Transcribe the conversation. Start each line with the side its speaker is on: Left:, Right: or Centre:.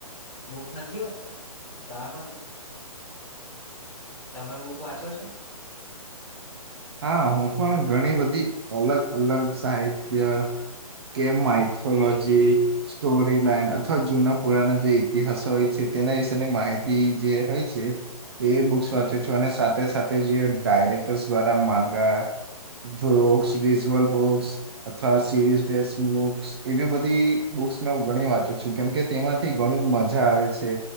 Left: બૂક નથી વાંચતા સ્થાપન તમે બુક વાંચો છો
Right: હા હું પણ ઘણી, બધી અલગ અલગ સા ત કે માઇથોલોજી સ્ટોરી લાઈન અથવા જૂના પુરાના જે ઇતિહાસો હોય છે, તેના વિશેની માહિતી જે હોય છે એ બુક્સ વાંચે છો. અને સાથે સાથે જે ડાયરેક્ટર ગા બુક્ વિઝ્યુઅલ બુક્સ અથવા સીરીઝે બુક્સ એવી બધી બુક્સ મે હું ઘણી વાંચું છું કેમ કે તેમાં ઘણી મજા આવે છે